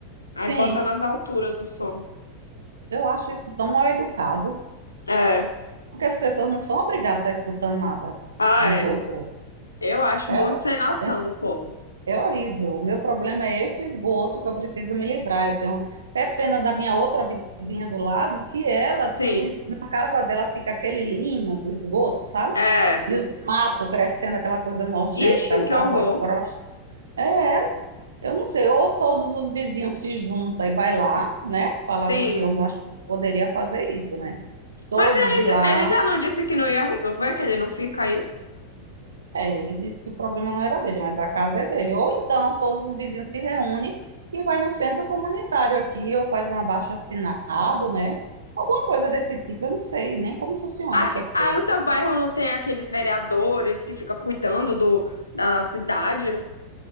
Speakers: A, on the left; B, on the right.
A: Aí
B: Sim,
A: bota nas alturas o som.
B: eu acho isso tão mal educado,
A: É.
B: porque as pessoas não são obrigadas a estar escutando nada
A: Ah,
B: dos
A: é.
B: outros.
A: Eu acho
B: É,
A: muito sem noção
B: é,
A: do povo.
B: é horrível. O meu problema é esse esgoto que eu preciso me livrar. Eu tenho até pena da minha outra vizinha do lado, que ela,
A: Sim.
B: os na casa dela fica aquele lima do esgoto, sabe?
A: É.
B: E os matos crescendo, aquela coisa nojenta,
A: Ixi,
B: sabe?
A: que horror.
B: Aquela crosta. É, eu não sei, ou todos os vizinhos se juntam e vai lá, né? Falar
A: Sim.
B: com esse homem, eu acho que poderia fazer isso, né? todos
A: Mas ele,
B: ir lá.
A: ele já não disse que não ia resolver, que ele não fica aí?
B: É, ele disse que o problema não era dele, mas a casa é dele. Ou então todos os vizinhos se reúnem e vai no centro comunitário aqui, ou faz um abaixo-assinado, né? Alguma coisa desse tipo, eu não sei nem como funcionam
A: Aqui,
B: essas
A: ah,
B: coisas.
A: no seu bairro não tem aqueles vereadores que ficam cuidando do, da cidade?